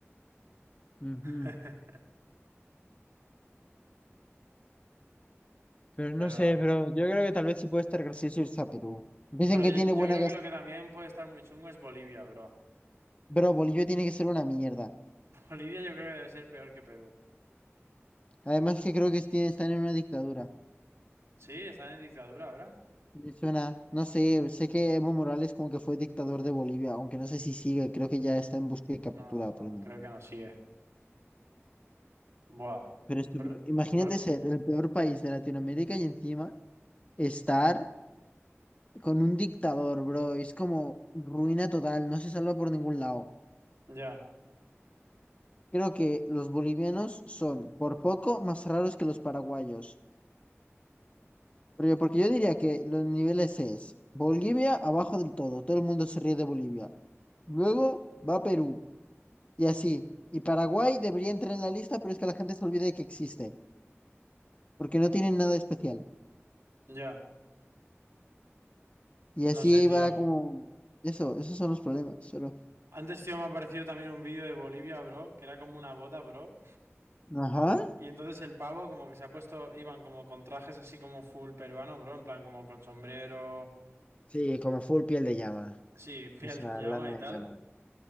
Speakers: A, on the left; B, on the right.
A: Ujú.
B: <laughs>
A: Pero no
B: Pero,
A: sé, bro. Yo creo que tal vez sí puede estar gracioso irse a Perú. Dicen
B: bro,
A: que
B: yo
A: tiene
B: yo
A: buena
B: creo
A: gas.
B: que lo que también puede estar muy chungo es Bolivia, bro.
A: Bro, Bolivia tiene que ser una mierda.
B: <laughs> Bolivia yo creo que debe ser peor que Perú.
A: Además que creo que tiene- están en una dictadura.
B: Sí, están en dictadura ahora.
A: Me suena, no sé, sé que Evo Morales como que fue dictador de Bolivia, aunque no sé si sigue, creo que ya está en busca y captura,
B: No, no,
A: pero, ni-
B: no, creo que no sigue. Buah,
A: pero esto,
B: bro,
A: pero imagínate
B: bro,
A: ser el peor país de Latinoamérica y encima estar con un dictador, bro, es como ruina total, no se salva por ningún lado.
B: ya,
A: Creo que los bolivianos son por poco más raros que los paraguayos, pero yo, porque yo diría que los niveles es Bolivia abajo del todo, todo el mundo se ríe de Bolivia. Luego va Perú. Y así. Y Paraguay debería entrar en la lista, pero es que la gente se olvida de que existe, porque no tienen nada especial.
B: ya,
A: Y así
B: no sé, tío.
A: va como... Eso, esos son los problemas, solo.
B: Antes, tío, me ha aparecido también un vídeo de Bolivia, bro, que era como una boda, bro.
A: Ajá.
B: Y entonces el pavo como que se ha puesto, iban como con trajes así como full peruano, bro, en plan como con sombrero,
A: Sí, como full piel de llama.
B: sí, <laughs> piel
A: O sea,
B: de llama
A: lana
B: y
A: de
B: tal.
A: llama.